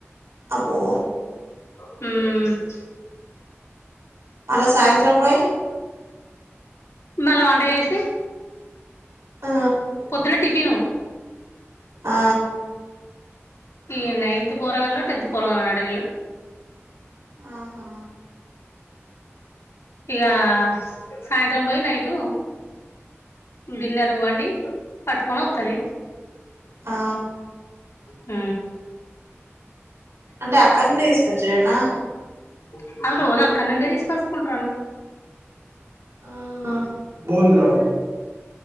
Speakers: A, on the right (about 70°); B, on the left (about 75°).
A: అమో
B: మ్
A: మళ్ళా సాయంత్రం బొయ్
B: మళ వంట చేసి
A: ఆ
B: పొద్దున్న టిఫినూ
A: ఆ
B: ఈ నైన్త్ పోరగాలో టెన్త్ పోరగాలో అట వీళ్ళు
A: ఆహా
B: ఇగ సాయంత్రం పోయి నైటూ డిన్నరు వ్వండి పట్టుకొని వత్తది
A: ఆ
B: మ్
A: అంటే అక్కడ నుండి తీసుకొచ్చుడేనా
B: ఓకే ఆళ్ళు రోజు అక్కడి నుండే తీసుకొసుకుంటురన్నం
A: హ్మ్మ్ ఆ